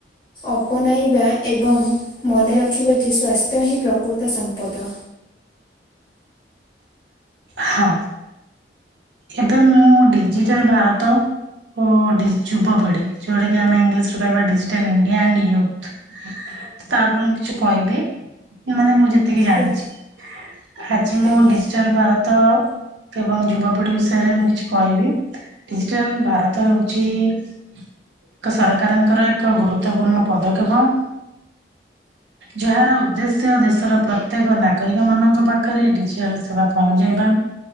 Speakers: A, on the left (about 25°); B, on the right (about 85°).
A: ଅପନାଇବା ଏବଂ ମନେ ରଖିବ ଯେ ସ୍ୱାସ୍ଥ୍ୟ ହିଁ ପ୍ରକୃତ ସମ୍ପ ପଦ।
B: ହଁ ଏବେ ମୁଁ ଡିଜିଟାଲ ଭାରତ ଓ ଡି ଯୁବପଢି ଯୋଉଟା କି ଆମେ ଇଂଲିଶ କହିବା ଡିଜିଟାଲ ଇଣ୍ଡିଆ ଆଣ୍ଡ ୟୁଥ୍ ତାପରେ ମୁଁ କିଛି କହିବି ମାନେ ମୁଁ ଯେ ଏତିକି ଜାଣିଛି
A: ଓ
B: ଆଜି ମୁଁ
A: ଆଜ୍ଞା
B: ଡିଜିଟାଲ ଭାରତ ଏବଂ ଯୁବପିଢି ବିଷୟରେ ମୁଁ କିଛି କହିବି ଡିଜିଟାଲ ଭାରତ ହଉଛି ଏକ ସରକାରଙ୍କର ଏକ ଗୁରୁତ୍ୱପୂର୍ଣ୍ଣ ପଦକ୍ଷେପ। ଯାହାର ଉଦ୍ଦେଶ୍ୟ ଦେଶର ପ୍ରତ୍ୟେକ ନାଗରିକ ମାନଙ୍କ ପାଖ ଡିଜିଟାଲ ସେବା ପହଞ୍ଚାଇବା